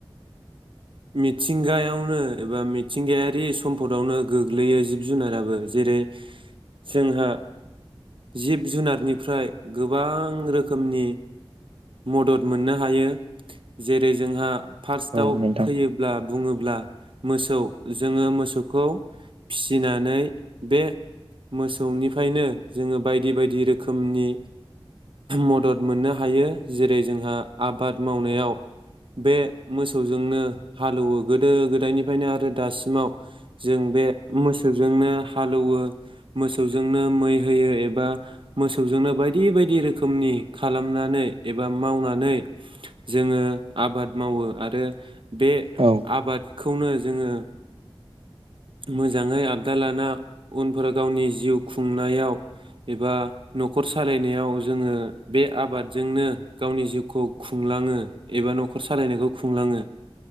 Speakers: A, on the right (about 65°); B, on the right (about 80°).
A: मिथिंगायावनो एबा मिथिंगायारि सम्फदावनो गोग्लैयो जिब जुनाराबो जेरै जोंहा जिब जुनारनिफ्राय गोबां रोखोमनि मदद मोननो हायो जेरै जोंहा फार्स्टआव
B: औ नोंथां
A: फैयोब्ला बुङोब्ला मोसौ जोङो मोसौखौ फिसिनानै बे मोसौनिफ्रायनो जोङो बायदि बायदि रोखोमनि मदद मोननो हायो जेरै जोंहा आबाद मावनायाव बे मोसौजोंनो हालौवो गोदो गोदायनिफ्रायनो आरो दासिमाव जों बे मोसौजोंनो हालौवो मोसौजोंनो मै होयो एबा मोसौजोंनो बायदि बायदि रोखोमनि खालामनानै एबा मावनानै जोङो आबाद मावो आरो बे
B: औ
A: आबादखौनो जोङो मोजाङै आबदाल लाना उनफोरा गावनि जिउ खुंनायाव एबा न'खर सालायनायाव जोङो बे आबादजोंनो गावनि जिउखौ खुंलाङो एबा न'खर सालायनायखौ खुंलाङो